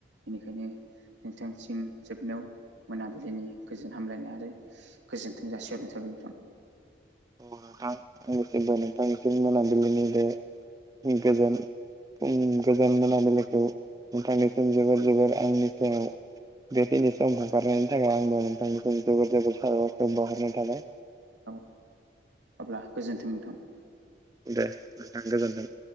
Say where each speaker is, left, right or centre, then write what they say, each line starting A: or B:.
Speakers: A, on the right; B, on the right.
A: बेनिखायनो नोंथांसिम जोबनायाव मोनाबिलिनि गोजोन हामलायनाय आरो गोजोन्थों जासिहरनाय थाबाय नोंथां
B: नोंथां नोंथांनिसिम मोनाबिलिनि बे गोजोन गोजान मोनाबिलिखौ नोंथांनिसिम जोबोर जोबोर आंनि सायाव बेखिनि सम हगारनायनि थाखाय आंबो नोंथांनिसिम जोबोर जोबोर साबर बावहरनाय थाबाय
A: औ अब्ला गोजोन्थों नोंथां
B: दे नोंथां गोजोनथों